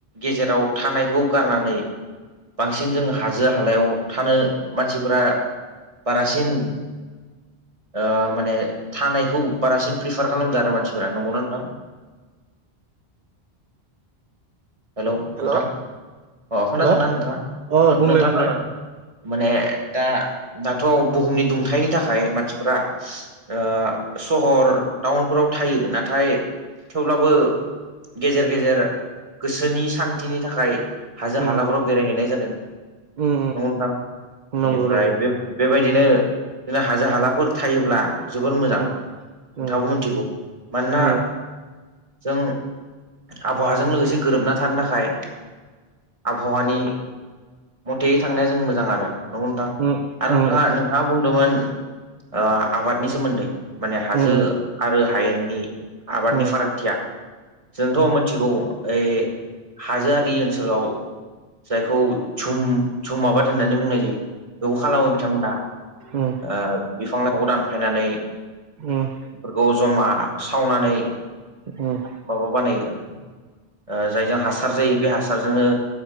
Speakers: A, on the right; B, on the right.
A: गेजेराव थानायखौ गारनानै बांसिन जों हाजो हालायाव थानो मानसिफोरा बारासिन ओ माने थानायखौ बारासिन प्रिफार खालामदो आरो मानसिफोरा नंगौना नोंथां। हेलौ
B: हेल'
A: नोंथां अ खोनादोंना
B: हेल'
A: नोंथाङा
B: अ बुंलाय
A: नोंथाङा
B: बुंलाय
A: खोनादों? माने दा दाथ' बुहुमनि दुंथायनि थाखाय मानसिफोरा ओ सहर टाउनफोराव थायो नाथाय थेवब्लाबो गेजेर गेजेर गोसोनि सान्थिनि थाखाय हाजो
B: उम
A: हालाफोराव बेरायहैनाय जादों।
B: उम
A: नंगौ नोंथां
B: उम
A: बेनिफ्राय
B: नंगौ नंगौ
A: बे बेबायदिनो इनो हाजो हालाफोर थायोब्ला जोबोर मोजां
B: उम
A: नोंथाङाबो
B: उम
A: मोन्थिगौ मानोना
B: उम
A: जों आबहावाजों लोगोसे गोरोबना थान्दाखाय आबहावानि मथेयै थांनाया जों मोजां आरो। नंगौ नोंथां
B: उम
A: आरो
B: उम
A: नोंथाङा नोंथाङा बुंदोमोन ओ आबादनि सोमोन्दै। माने हाजो
B: उम उम
A: आरो हायेननि आबादनि
B: उम
A: फारागथिया जोंथ' मोन्थिगौ ओइ हाजोआरि ओनसोलाव जायखौ झुम झुम आबाद होननानै बुंनाय जायो खौ खालामो बिथांमोना।
B: उम
A: ओ बिफां लाइफांखौ दानफायनानै
B: उम
A: बेफोरखौ जमा सावनानै
B: उम
A: माबा बानायो ओ जायजों हासार जायो बे हासारजोंनो